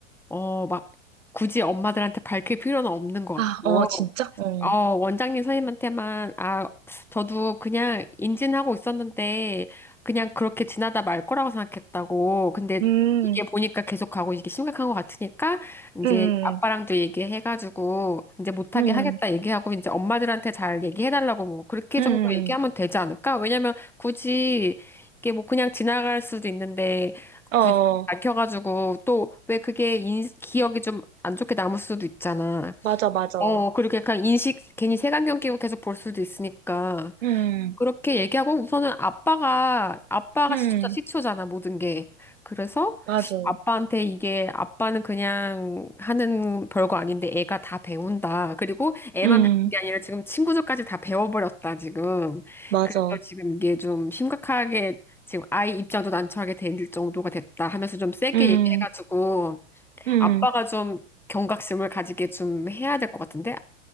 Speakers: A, in the centre; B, on the right.
A: 어, 막 굳이 엄마들한테 밝힐 필요는 없는 것 같고.
B: 아, 어, 진짜? 어.
A: 어, 원장님 선생님한테만, 아, 저도 그냥 인진하고 있었는데, 그냥 그렇게 지나다 말 거라고 생각했다고. 근데
B: 음,
A: 이게 보니까 계속 가고 이게 심각한 것 같으니까, 이제
B: 음,
A: 아빠랑도 얘기해가지고, 이제 못하게
B: 음,
A: 하겠다 얘기하고, 이제 엄마들한테 잘 얘기해달라고 뭐, 그렇게
B: 음.
A: 정도 얘기하면
B: 음.
A: 되지 않을까? 왜냐면 굳이 이게 뭐 그냥 지나갈 수도 있는데,
B: 어,
A: 굳이 밝혀가지고, 또 왜 그게 인, 기억이 좀 안 좋게 남을 수도 있잖아.
B: 맞아, 맞아.
A: 어, 그리고 약간 인식, 괜히 색안경 끼고 계속 볼 수도 있으니까.
B: 음,
A: 그렇게 얘기하고 우선은 아빠가, 아빠가
B: 음,
A: 시초자, 시초잖아, 모든 게. 그래서
B: 맞아.
A: 아빠한테 이게 아빠는 그냥 하는 별거 아닌데 애가 다 배운다. 그리고 애만
B: 음.
A: 배운 게 아니라 지금 친구들까지 다 배워버렸다, 지금.
B: 맞아.
A: 그래서 지금 이게 좀 심각하게 지금 아이 입장도 난처하게 될 정도가 됐다 하면서 좀 세게
B: 음,
A: 얘기해가지고
B: 음.
A: 아빠가 좀 경각심을 가지게 좀 해야 될 것 같은데?